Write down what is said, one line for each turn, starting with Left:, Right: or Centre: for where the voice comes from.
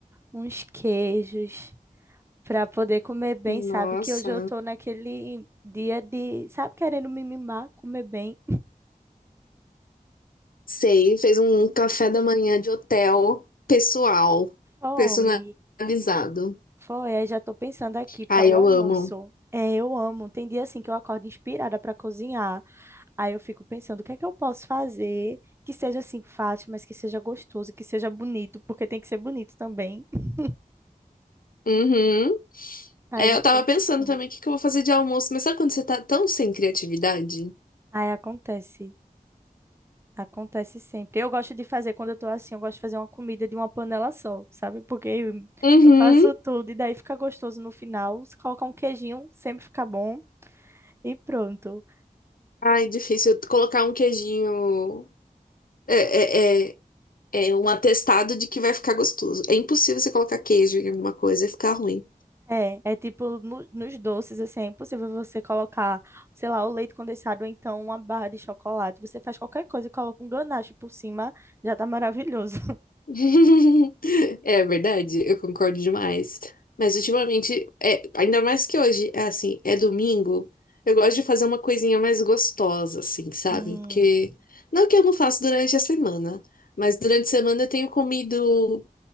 Right: uns queijos pra poder comer bem,
Left: nossa,
Right: sabe? Que hoje eu tô naquele dia de, sabe, querendo me mimar, comer bem.
Left: sei, fez um café da manhã de hotel pessoal,
Right: Foi.
Left: personalizado.
Right: Foi, aí já tô pensando aqui para
Left: Ai,
Right: o
Left: eu
Right: almoço.
Left: amo.
Right: É, eu amo. Tem dia assim que eu acordo inspirada para cozinhar. Aí eu fico pensando, o que é que eu posso fazer que seja assim fácil, mas que seja gostoso, que seja bonito, porque tem que ser bonito também. <laughs>
Left: Uhum.
Right: Aí
Left: É,
Right: já
Left: eu tava
Right: tô pensando.
Left: pensando também o que que eu vou fazer de almoço, mas sabe quando você tá tão sem criatividade?
Right: Aí acontece. Acontece sempre. Eu gosto de fazer quando eu tô assim, eu gosto de fazer uma comida de uma panela só, sabe? Porque eu
Left: Uhum.
Right: eu faço tudo e daí fica gostoso no final. Se colocar um queijinho, sempre fica bom e pronto.
Left: Ai, difícil colocar um queijinho. É, é, é, é um atestado de que vai ficar gostoso. É impossível você colocar queijo em alguma coisa e ficar ruim.
Right: É, é tipo no- nos doces, assim, é impossível você colocar, sei lá, o leite condensado ou então uma barra de chocolate. Você faz qualquer coisa e coloca um ganache por cima, já tá maravilhoso. <laughs>
Left: <laughs> É verdade, eu concordo demais. Mas ultimamente, é, ainda mais que hoje, é assim, é domingo, eu gosto de fazer uma coisinha mais gostosa, assim, sabe?
Right: Sim,
Left: Porque não que eu não faço durante a semana, mas durante a semana eu tenho comido.